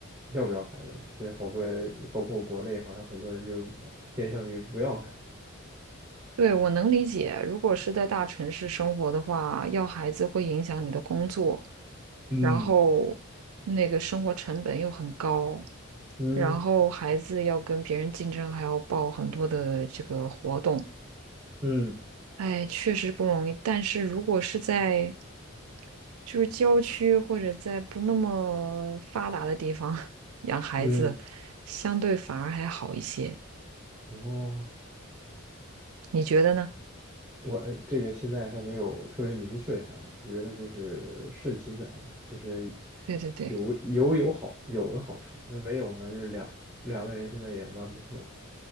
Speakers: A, on the right; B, on the right.
A: 要不要孩子。其实好多人，包括国内，好像很多人就偏向于不要孩子。
B: 对，我能理解，如果是在大城市生活的话，要孩子会影响你的工作，
A: 嗯
B: 然后那个生活成本又很高，
A: 嗯
B: 然后孩子要跟别人竞争，还要报很多的这个活动，
A: 嗯
B: 哎，确实不容易。但是如果是在就是郊区或者在不那么发达的地方 <laughs> 养孩子，
A: 嗯，
B: 相对反而还好一些，
A: 哦。
B: 你觉得呢？
A: 我呃这个现在还没有特别明确的想法，觉得就是顺其自然吧，就是
B: 对对对。
A: 有有有好有的好处，那没有呢，就是两两个人现在也蛮不错的，